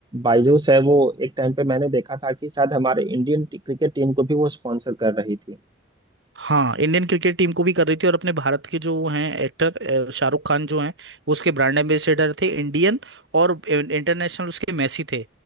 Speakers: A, on the right; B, on the right.
A: बायजूस है वो एक टाइम पे मैंने देखा था कि शायद हमारे इंडियन क्रिकेट टीम को भी वो स्पॉन्सर कर रही थी
B: हाँ इंडियन क्रिकेट टीम को भी कर रही थी और अपने भारत के जो वो हैं एक्टर शाहरुख खान जो हैं वो उसके ब्रांड एम्बेसडर थे इंडियन और इंटरनेशनल उसके मेसी थे